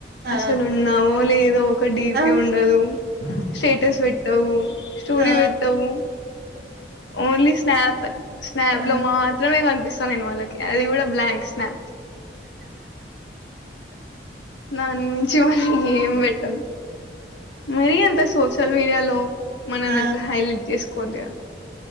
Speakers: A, on the right (about 55°); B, on the left (about 85°).
A: ఆ
B: అసలు ఉన్నావో లేదో ఒక డిపీ
A: ఆ ఆ
B: ఉండదు స్టేటస్ పెట్టవు స్టోరీ
A: ఆ
B: పెట్టవు ఓన్లీ స్నాప్ స్నాప్
A: ఆ
B: లో మాత్రమే కనిపిస్తా నేను వాళ్ళకి అది కూడా బ్లాంక్ స్నాప్ దాని నుంచి మళీ ఏం పెట్ అం మరి అంత సోషల్ మీడియాలో మనని
A: ఆ!
B: అట్లా హైలైట్ చేసుకోవద్దు గా